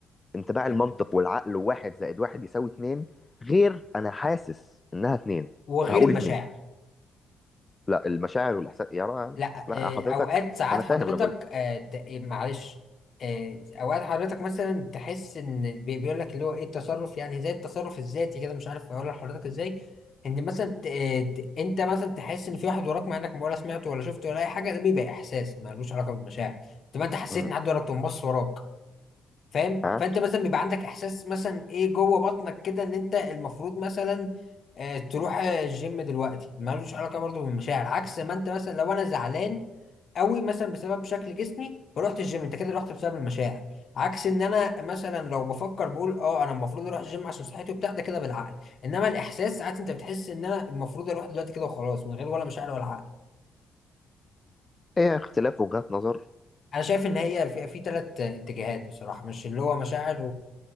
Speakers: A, on the left; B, on the left.
A: انطباع
B: تمام
A: المنطق والعقل واحد زائد واحد يساوي اتنين غير انا حاسس انها اتنين
B: وغير
A: فهقول
B: المشاعر
A: اتنين لا المشاعر والاحساس يا رأى...
B: لا
A: لا
B: آه،
A: حضرتك
B: اوقات ساعات
A: انا
B: حضرتك
A: فاهم انا بقول
B: آه، ت- إيه، معلش آه، اوقات حضرتك مثلا تحس ان بي- بيقول لك اللي هو ايه التصرف يعني زي التصرف الذاتي كده مش عارف اقول لحضرتك ازاي ان مثلا ت- آه، ت- انت مثلا تحس ان في واحد وراك مع انك ولا سمعته ولا شفته ولا اي حاجه ده بيبقى احساس ملوش علاقه بالمشاعر طب ما انت حسيت
A: <laughs>
B: ان حد وراك تقوم بص وراك فاهم
A: ها
B: فانت مثلا بيبقى عندك احساس مثلا ايه جوه بطنك كده ان انت المفروض مثلا آه، تروح آه، الجيم دلوقتي ملوش علاقه برضو بالمشاعر عكس ما انت مثلا لو انا زعلان قوي مثلا بسبب شكل جسمي فروحت الجيم انت كده رحت بسبب المشاعر عكس ان انا مثلا لو بفكر بقول اه انا المفروض اروح الجيم عشان صحتي وبتاع ده كده بالعقل انما الاحساس ساعات انت بتحس ان انا المفروض اروح دلوقتي كده وخلاص من غير ولا مشاعر ولا عقل
A: ايه اختلاف وجهات نظر
B: انا شايف ان هي في في ثلاث اتجاهات بصراحه مش اللي هو مشاعر